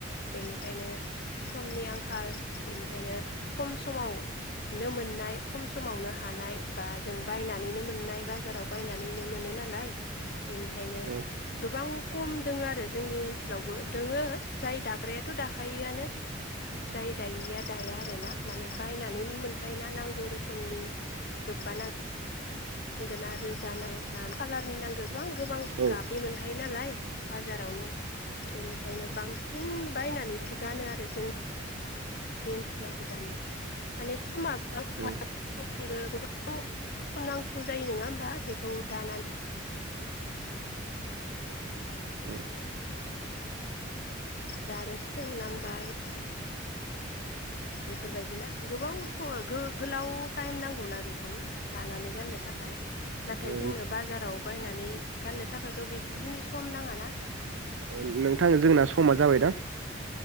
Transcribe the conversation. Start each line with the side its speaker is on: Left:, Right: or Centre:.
Left: बेनिखायनो समनि आंखाल बेनिखायनो खम समावनो मोननाय खम समावनो हानाय बा जों बायनानैनो मोननाय बाजाराव बायनानैनो मोनो नालाय बेनिखायनो
Right: औ
Left: गोबां खम दोङो आरो जोंनि ओनसोलावबो दोङो जाय दाग्रायाथ दाखायोआनो जाय दायिया दाया आ ना माने बायनानै मोनखायो ना नां नांगौ रोखोमनि गोबा नांगौ नांगोना रोजा नांगो ना कालारनि नांगो गोबां गोबां
Right: औ
Left: गाबनि मोनखा योनालाय बाजारावनो बेनिखायनो बांसिन बायनानैसो गानो आरो जों नि ओनसोलाव बो दानिया माने समा
Right: औ
Left: <inaudible> निबो गोबां समनांगौ जायो नङा होमबा बेखौ दानानै
Right: उम
Left: दा आरो सोंनांबाय बेफोरबायदि ना गोबावस स गो-गोलाव टाइम नांगौना बेखौ दानानै गाननो थाखाय नाथाय
Right: ओ
Left: जोंनो बाजाराव बायनानै गाननो थाखायथ बेखिनि सम नाङा ना
Right: ओ नोंथां जोंना समा जाबायदां